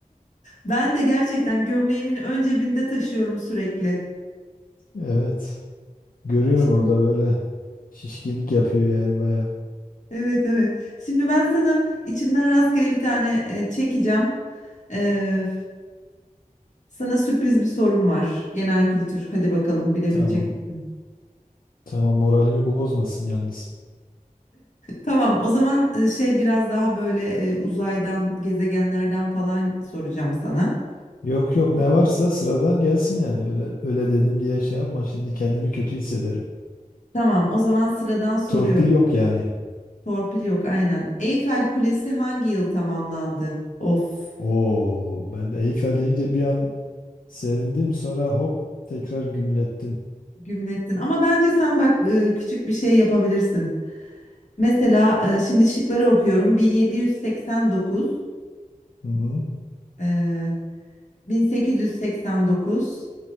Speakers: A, on the left (about 60°); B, on the left (about 80°).
A: Ben de gerçekten gömleğimin ön cebinde taşıyorum sürekli.
B: Evet. Görüyorum
A: Şimdi,
B: orada böyle şişkinlik yapıyor yani baya.
A: evet evet. Şimdi ben sana içinden rastgele bir tane e, çekeceğim. E, sana sürpriz bir sorum var. Genel kültür. Hadi bakalım bilebilecek
B: Tamam.
A: misin?
B: Tamam moralimi bozmasın yalnız.
A: Tamam. O zaman e, şey biraz daha böyle e, uzaydan, gezegenlerden falan soracağım sana.
B: Yok yok ne varsa sıradan gelsin yani. Öyle öyle dedim diye şey yapma. Şimdi kendimi kötü hissederim.
A: Tamam. O zaman sıradan soruyorum.
B: Torpil yok yani.
A: Torpil yok aynen. Eyfel Kulesi hangi yıl tamamlandı? Of.
B: Oo, ben de Eyfel deyince bir an Sevindim sonra hop tekrar gümlettin.
A: Gümlettin. Ama bence sen bak e, küçük bir şey yapabilirsin. Mesela e, şimdi şıkları okuyorum. 1789,
B: Hı hı.
A: e, 1889,